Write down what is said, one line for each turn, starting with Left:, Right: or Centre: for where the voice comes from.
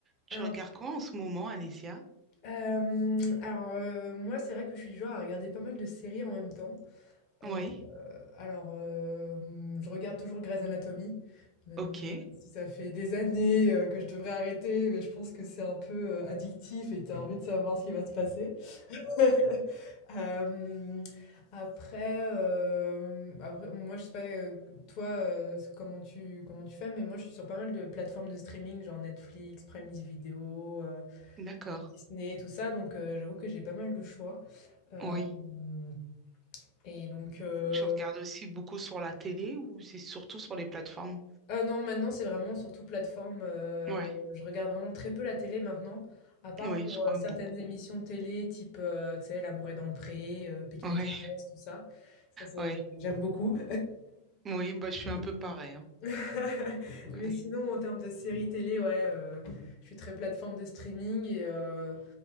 Right: Tu
Left: Alors,
Right: regardes quoi en ce moment, Alésia?
Left: euh, alors, euh, moi, c'est vrai que je suis du genre à regarder pas mal de séries en même temps. Euh,
Right: Oui,
Left: alors, euh, je regarde toujours Grey's Anatomy, même
Right: ok,
Left: euh, si ça fait des années euh, que je devrais arrêter, mais je pense que c'est un peu euh, addictif et t'as envie de savoir ce qui va se passer. <laughs> Euh, après, euh, après, moi, je sais pas, euh, toi, euh, comment tu, comment tu fais, mais moi, je suis sur pas mal de plateformes de streaming, genre Netflix, Prime Video. euh,
Right: d'accord.
Left: Disney, tout ça, donc heu, j'avoue que j'ai pas mal de choix. Hem
Right: Oui.
Left: et donc heu
Right: Tu regardes aussi beaucoup sur la télé ou c'est surtout sur les plateformes?
Left: ah non, maintenant, c'est vraiment surtout plateforme, heu,
Right: Oui,
Left: je regarde vraiment très peu la télé maintenant, à part
Right: oui,
Left: pour,
Right: je crois
Left: heu, certaines
Right: beaucoup.
Left: émissions télé type, heu, tu sais, L'amour est dans le pré, heu, Pékin
Right: Oui,
Left: Express, tout ça. Ça, c'est
Right: oui.
Left: j'aime beaucoup.
Right: Oui, bah, je suis
Left: <laughs>
Right: un peu pareil. hein.
Left: <laughs>
Right: Oui.
Left: Mais sinon, en termes de séries télé, ouais, euh, je suis très plateforme de streaming et euh,